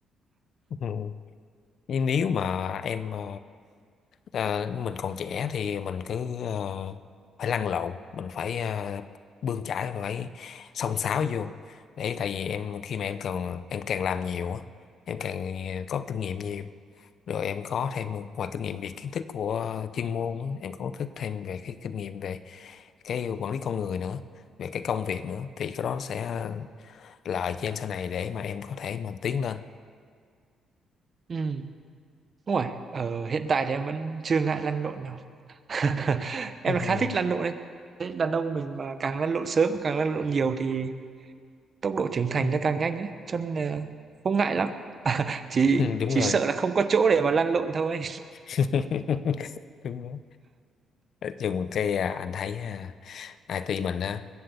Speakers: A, on the left; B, on the right.
A: Ừ. nhưng nếu mà em ờ, ờ, mình còn trẻ thì mình cứ ờ, phải lăn lộn mình phải ờ, bươn chải phải xông xáo vô để tại vì em khi mà em còn em càng làm nhiều á em càng ờ, có kinh nghiệm nhiều rồi em có thêm ngoài kinh nghiệm về kiến thức của chuyên môn á, em có thức thêm về cái kinh nghiệm về cái quản lý con người nữa về cái công việc nữa thì cái đó sẽ lợi cho em sau này để mà em có thể mà tiến lên
B: ừ đúng rồi ờ, hiện tại thì em vẫn chưa ngại lăn lộn <laughs> em
A: Ừ,
B: là khá
A: ừ,
B: thích lăn lộn đấy Thế đàn ông mình mà càng lăn lộn sớm càng lăn lộn nhiều thì tốc độ trưởng thành
A: ừ.
B: nó càng nhanh ấy cho nên là không ngại lắm chỉ
A: <laughs> đúng
B: chỉ
A: rồi
B: sợ là không có chỗ để mà lăn lộn thôi
A: <laughs> đúng đó nói chung cái à, anh thấy à, IT mình á